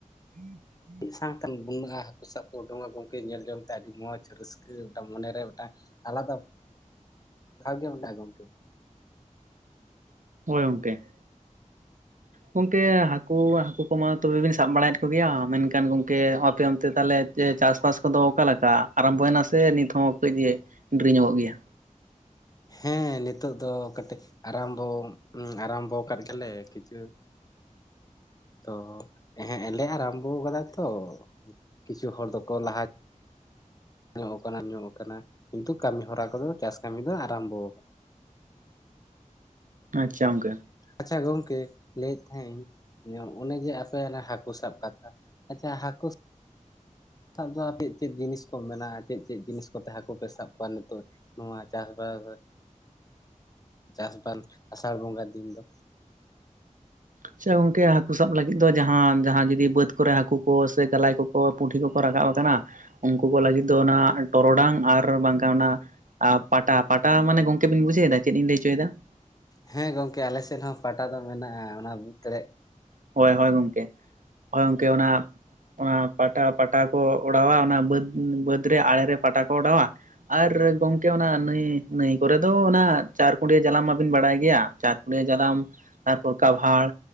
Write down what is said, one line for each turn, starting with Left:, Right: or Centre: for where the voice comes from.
Right: <inaudible>
Left: ᱢᱤᱫ ᱥᱟᱶᱛᱮ ᱜᱚᱝᱦᱟ, ᱦᱟᱹᱠᱩ ᱥᱟᱵ ᱠᱚ ᱩᱰᱩᱝᱼᱟ ᱜᱚᱢᱠᱮ ᱧᱮᱞ ᱡᱚᱝ ᱛᱮ ᱟᱹᱰᱤ ᱢᱚᱡᱽ ᱨᱟᱹᱥᱠᱟᱹ ᱢᱤᱫᱴᱟᱝ ᱢᱚᱱᱮᱨᱮ ᱢᱤᱫᱴᱟᱝ, ᱟᱞᱟᱫᱟ ᱾ ᱮᱠᱟᱞ ᱜᱮ ᱢᱮᱱᱟᱜᱼᱟ ᱜᱚᱢᱠᱮ,
Right: ᱦᱳᱭ ᱜᱚᱝᱠᱮ ᱾
Left: <inaudible>
Right: ᱜᱚᱝᱠᱮ ᱦᱟᱹᱠᱩ ᱦᱟᱹᱠᱩ ᱠᱚᱢᱟ ᱛᱚᱵᱮ ᱵᱤᱱ ᱥᱟᱵ ᱵᱟᱲᱟᱭᱮᱫ ᱠᱚ ᱜᱮᱭᱟ ᱢᱮᱱᱠᱷᱟᱱ ᱜᱚᱢᱠᱮ ᱟᱯᱮ ᱚᱱᱛᱮ ᱛᱟᱦᱚᱞᱮ, ᱡᱮ ᱪᱟᱥᱵᱟᱥ ᱠᱚᱫᱚ ᱚᱠᱟ ᱞᱮᱠᱟ ᱟᱨᱟᱢᱵᱚᱭ ᱱᱟᱥᱮ ᱱᱤᱛ ᱦᱚᱸ ᱠᱟᱹᱡ ᱰᱮᱨᱤᱧᱚᱜᱚᱜ ᱜᱮᱭᱟ?
Left: ᱦᱮᱸ ᱱᱤᱛᱚᱜ ᱫᱚ ᱠᱟᱹᱴᱤᱡ ᱟᱨᱟᱢᱵᱚ ᱟᱨᱟᱢᱵᱚ ᱠᱟᱫ ᱜᱮᱭᱟᱞᱮ ᱠᱤᱪᱷᱩ, ᱛᱚ ᱦᱮᱸᱜ ᱮ ᱞᱮ ᱟᱨᱟᱢᱵᱚ ᱠᱟᱫᱟ ᱛᱚ, ᱠᱤᱪᱷᱩ ᱦᱚᱲ ᱫᱚᱠᱚ ᱞᱟᱦᱟ ᱧᱚᱜ ᱠᱟᱱᱟ ᱧᱚᱜ ᱠᱟᱱᱟ ᱠᱤᱱᱛᱩ ᱠᱟᱹᱢᱤ ᱦᱚᱨᱟ ᱠᱚᱫᱚ ᱪᱟᱥ ᱠᱟᱹᱢᱤ ᱫᱚ ᱟᱨᱟᱢᱵᱚ,
Right: ᱟᱪᱪᱷᱟ ᱜᱚᱝᱠᱮ,
Left: ᱟᱪᱪᱷᱟ ᱜᱚᱝᱠᱮ ᱞᱟᱹᱭᱮᱫ ᱛᱟᱦᱤᱧ ᱚᱱᱮ ᱡᱮ ᱟᱥᱮ ᱦᱟᱹᱠᱩ ᱥᱟᱵ ᱠᱟᱛᱷᱟ ᱟᱪᱪᱷᱟ ᱦᱟᱹᱠᱩ, ᱥᱟᱵ ᱫᱚ ᱟᱯᱮᱭᱟᱜ ᱪᱮᱫ ᱪᱮᱫ ᱡᱤᱱᱤᱥ ᱠᱚ ᱢᱮᱱᱟᱜᱼᱟ ᱪᱮᱫ ᱪᱮᱫ ᱡᱤᱱᱤᱥ ᱠᱚ ᱛᱮ ᱦᱟᱹᱠᱚᱯᱮ ᱥᱟᱵ ᱠᱚᱣᱟ ᱱᱤᱛᱚᱜ, ᱱᱚᱣᱟ ᱪᱟᱥᱵᱟᱥ ᱪᱟᱥᱵᱟᱥ ᱟᱥᱟᱲ ᱵᱚᱸᱜᱟ ᱫᱤᱱ ᱫᱚ ᱾
Right: ᱟᱪᱪᱷᱟ ᱜᱚᱝᱠᱮ ᱦᱟᱹᱠᱩ ᱥᱟᱵ ᱞᱟᱹᱜᱤᱫ ᱫᱚ ᱡᱟᱸᱦᱟ ᱡᱟᱸᱦᱟ ᱡᱩᱫᱤ ᱵᱟᱹᱫᱽ ᱠᱚᱨᱮ ᱦᱟᱹᱠᱩ ᱠᱚ ᱥᱮ ᱜᱟᱞᱟᱭ ᱠᱚᱠᱚ ᱯᱩᱸᱴᱷᱤ ᱠᱚᱠᱚ ᱨᱟᱠᱟᱵ ᱠᱟᱱᱟ, ᱩᱱᱠᱩ ᱠᱚ ᱞᱟᱹᱜᱤᱫ ᱫᱚ ᱚᱱᱟ ᱴᱚᱨᱚᱰᱟᱝ ᱟᱨ ᱵᱟᱝᱠᱷᱟᱱ ᱚᱱᱟ ᱯᱟᱴᱟ ᱯᱟᱴᱟ ᱢᱟᱱᱮ ᱜᱚᱝᱠᱮ ᱵᱤᱱ ᱵᱩᱡᱷᱟᱹᱣᱫᱟ ᱢᱟᱱᱮ ᱪᱮᱫ ᱤᱧ ᱞᱟᱹᱭ ᱦᱚᱪᱚᱭᱮᱫᱟ ᱾
Left: ᱦᱮᱸ ᱜᱚᱢᱠᱮ ᱟᱞᱮᱥᱮᱫ ᱦᱚᱸ ᱯᱟᱴᱟ ᱫᱚ ᱢᱮᱱᱟᱜᱼᱟ ᱚᱱᱟ ᱵᱩᱡᱽᱫᱟᱲᱮᱭᱟᱜ,
Right: ᱦᱳᱭ ᱦᱳᱭ ᱜᱚᱢᱠᱮ ᱦᱳᱭ ᱜᱚᱢᱠᱮ ᱚᱱᱟ ᱚᱱᱟ ᱯᱟᱴᱟ ᱯᱟᱴᱟ ᱠᱚ ᱚᱰᱟᱣᱟ ᱚᱱᱟ ᱵᱟᱹᱫᱽ ᱵᱟᱹᱫᱽ ᱨᱮ ᱟᱲᱮᱨᱮ ᱯᱟᱴᱟ ᱠᱚ ᱚᱰᱟᱣᱟ ᱟᱨ ᱜᱚᱢᱠᱮ ᱚᱱᱟ ᱱᱟᱹᱭ ᱱᱟᱹᱭ ᱠᱚᱨᱮ ᱫᱚ ᱚᱱᱟ ᱪᱟᱨᱠᱩᱰᱤᱭᱟᱹ ᱡᱟᱞᱟᱢ ᱢᱟᱵᱤᱱ ᱵᱟᱲᱟᱭ ᱜᱮᱭᱟ᱾ ᱪᱟᱨᱯᱮ ᱡᱟᱞᱟᱢ ᱛᱟᱨᱯᱚᱨ ᱠᱟᱵᱷᱟᱲ